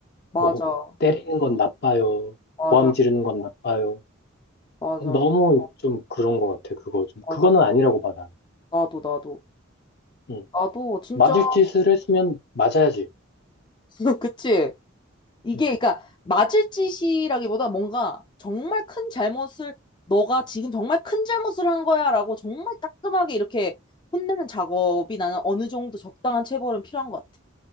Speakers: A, on the left (about 20°); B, on the left (about 50°).
A: 맞아,
B: 뭐 때리는 건 나빠요.
A: 맞아,
B: 고함 지르는 건 나빠요.
A: 맞아,
B: 너무 좀 그런 것 같아. 그거 좀
A: 맞아.
B: 그거는 아니라고 봐 나는.
A: 나도, 나도.
B: 응.
A: 나도, 진짜.
B: 맞을 짓을 했으면 맞아야지.
A: <laughs> 그치? 이게
B: 응.
A: 그러니까 맞을 짓이라기보다 뭔가 정말 큰 잘못을 너가 지금 정말 큰 잘못을 한 거야라고 정말 따끔하게 이렇게 혼내는 작업이 나는 어느 정도 적당한 체벌은 필요한 것 같아.